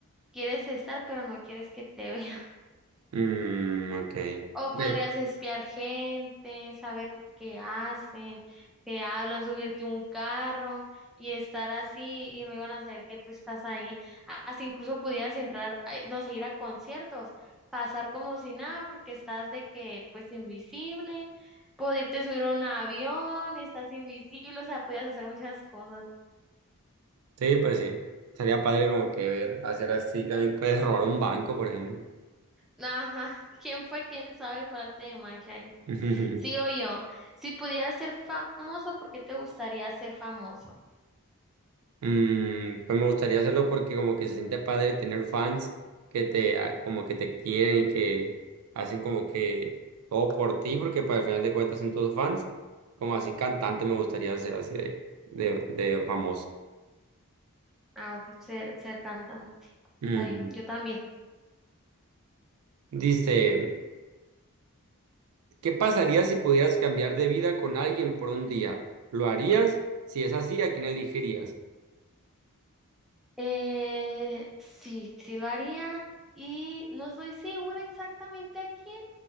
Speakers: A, in the centre; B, on the right.
A: Quieres estar, pero no quieres que te vean. <laughs>
B: Mm, ok.
A: O
B: Ve-
A: podrías espiar gente, saber qué hacen, qué hablan, subirte a un carro y estar así y no iban a saber que tú estás ahí. Así incluso podías entrar, ay, no sé, ir a conciertos, pasar como si nada porque estás de que pues invisible, poderte subir a un avión, estás invisible, o sea, podías hacer muchas cosas.
B: Sí, pues sí. Sería padre como que ver, hacer así. También puedes robar un banco, por ejemplo.
A: Ajá, <laughs> ¿quién fue? ¿Quién sabe por arte de magia ahí?
B: <laughs>
A: Sí o yo, si pudieras ser famoso, ¿por qué te gustaría ser famoso?
B: Mm, pues me gustaría hacerlo porque como que se siente padre tener fans que te, ah, como que te quieren y que hacen como que todo por ti, porque para el final de cuentas son todos fans. Como así cantante me gustaría ser así de, de, de famoso.
A: Ah, ok, ser, ser cantante.
B: Mm.
A: Está bien, yo también.
B: Dice, ¿qué pasaría si pudieras cambiar de vida con alguien por un día? ¿Lo harías? Si es así, ¿a quién elegirías?
A: Eh, sí, sí lo haría y no estoy segura exactamente a quién,